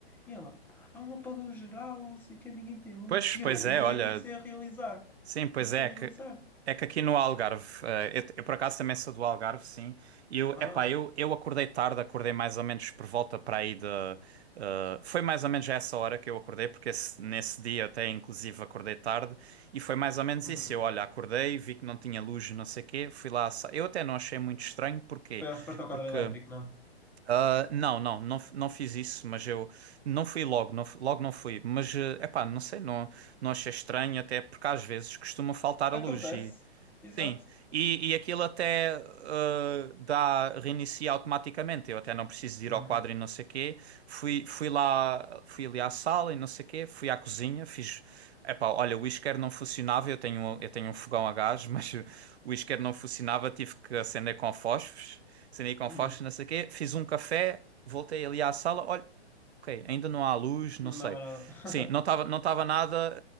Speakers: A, in the centre; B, on the right (about 70°).
A: E ela, há um apagão geral, não sei o que, ninguém tem luz.
B: Pois,
A: E
B: pois
A: eu,
B: é,
A: e aí
B: olha.
A: é que comecei a realizar.
B: Sim, pois
A: Comecei
B: é,
A: a
B: é
A: realizar.
B: que, é que aqui no Algarve, eh, eu, eu por acaso também sou do Algarve, sim. E Eu,
A: Ah,
B: epá, eu, eu acordei tarde, acordei mais ou menos por volta para aí de. eh, foi mais ou menos a essa hora que eu acordei, porque esse- nesse dia até inclusive acordei tarde, e foi mais ou menos
A: uhum.
B: isso. Eu, olha, acordei, vi que não tinha luz, não sei o quê, fui lá. à sa- Eu até não achei muito estranho, porquê?
A: Foi, acho que foste ao
B: Porque.
A: quadro elétrico, não?
B: Ah, não, não, não, f- não fiz isso, mas eu não fui logo, não, f- logo não fui. Mas, é epá, não sei, não, não achei estranho, até porque às vezes costuma faltar
A: Acontece.
B: a luz
A: Exato.
B: Sim, e, e aquilo até ah, dá, reinicia automaticamente. Eu até não preciso de
A: Uhum.
B: ir ao quadro e não sei quê. Fui, fui lá, fui ali à sala e não sei quê. Fui à cozinha, fiz. Epá, olha, o isqueiro não funcionava. Eu tenho, um- eu tenho um fogão a gás, <laughs> mas o isqueiro não funcionava. Tive que acender com fósforos, acendi com
A: Uhum.
B: fósforos, não sei quê. Fiz um café, voltei ali à sala. Olha, ok, ainda não há luz,
A: Não
B: não sei.
A: dava nada. <laughs>
B: Sim, não estava não estava nada.